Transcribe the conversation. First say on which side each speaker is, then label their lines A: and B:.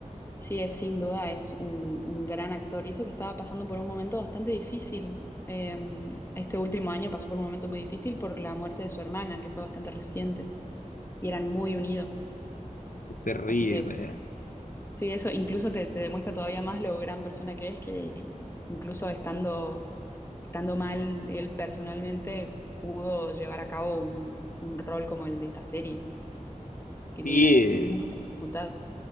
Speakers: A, on the left (about 20°); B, on the left (about 80°).
A: sí, es sin duda es un, un gran actor y eso que estaba pasando por un momento bastante difícil. eh, este último año pasó por un momento muy difícil por la muerte de su hermana, que fue bastante reciente y eran muy unidos.
B: Es terrible.
A: Así que sí, eso incluso te, te demuestra todavía más lo gran persona que es, que incluso estando, estando mal, él personalmente pudo llevar a cabo un, un rol como el de esta serie, que
B: Y
A: tiene como mucha dificultad.